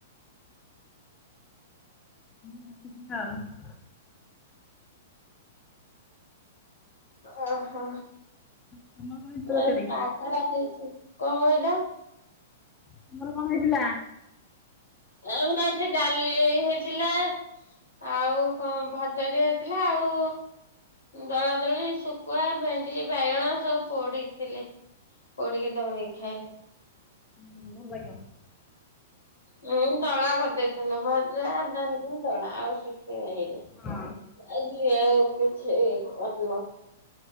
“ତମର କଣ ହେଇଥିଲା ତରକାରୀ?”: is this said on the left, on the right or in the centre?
Left